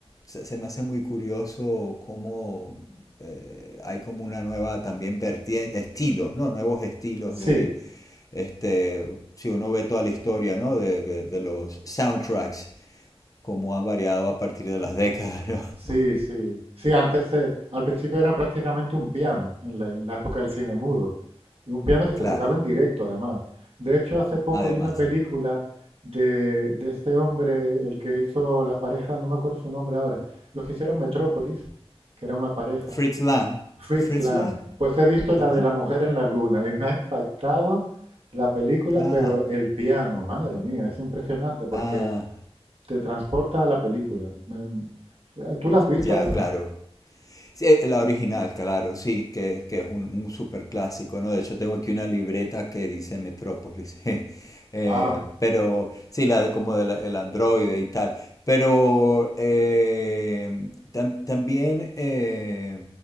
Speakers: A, on the left; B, on the right.
A: se, se me hace muy curioso cómo eh, hay como una nueva también vertiente, estilos, ¿no? Nuevos estilos
B: Sí,
A: de, este, si uno ve toda la historia, ¿no? De, de, de los soundtracks, cómo han variado a partir de las décadas, ¿no? <laughs>
B: Sí, sí. Sí, antes, eh, al principio era prácticamente un piano, en la, en la época del cine mudo. Y un piano que se
A: Claro,
B: tocaba en directo, además. De hecho, hace poco
A: además.
B: vi una película de, de este hombre, el que hizo la pareja, no me acuerdo su nombre ahora, los que hicieron Metrópolis, que era una pareja,
A: Fritz Lang.
B: Fritz
A: Fritz
B: Lang.
A: Lang.
B: Pues he visto la
A: Ajá.
B: de la mujer en la luna y me ha impactado la película,
A: Ah,
B: pero el piano, madre mía, es impresionante porque
A: ah.
B: te transporta a la película. Me- ¿Tú la has visto
A: Ya,
B: esa?
A: claro. Sí, eh, la original, claro, sí, que, que es un, un super clásico, ¿no? De hecho, tengo aquí una libreta que dice Metrópolis. <laughs> Eh,
B: Ah,
A: pero sí, la de como del el androide y tal. Pero eh, tam- también, eh,